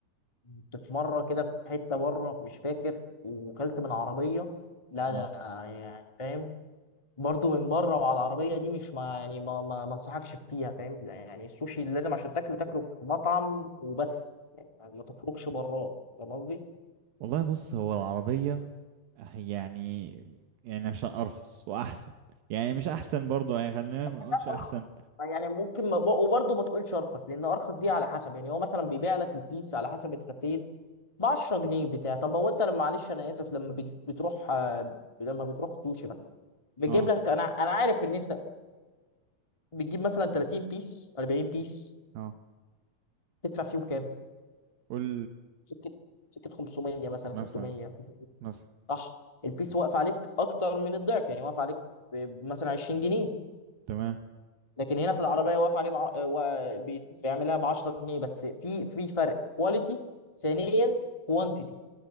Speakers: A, on the left; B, on the right.
A: كنت في مره كده في حته بره مش فاكر وكلت من عربيه لا
B: اه
A: لا يعني فاهم برضه من بره وعلى العربيه دي مش ما يعني ما ما, ما انصحكش فيها فاهم لا، يعني السوشي لازم عشان تاكله تاكله في مطعم وبس يعني ما تخرجش براه فاهم قصدي؟
B: والله بص هو العربية آه، يعني يعني عشان ارخص واحسن يعني مش احسن برضو يعني خلينا
A: بس
B: ما نقولش احسن
A: ارخص يعني ممكن ما وبرضه ما تقولش ارخص لان ارخص دي على حسب يعني هو مثلا بيبيع لك البيس على حسب انت فين ب 10 جنيه بتاع طب هو انت لما معلش انا اسف لما بت- بتروح آه، لما بتروح سوشي بس بيجيب
B: اه
A: لك انا انا عارف ان انت بتجيب مثلا 30 بيس 40 بيس
B: اه
A: تدفع فيهم كام؟
B: قول
A: سكه سكه 500 مثلا
B: مثلا
A: 600
B: مثلا
A: صح البيس
B: م.
A: واقف عليك اكتر من الضعف يعني واقف عليك ب- مثلا 20 جنيه
B: تمام
A: لكن هنا في العربيه واقف عليه بع... آه، و- بي- بيعملها ب 10 جنيه بس في في فرق كواليتي ثانيا كوانتيتي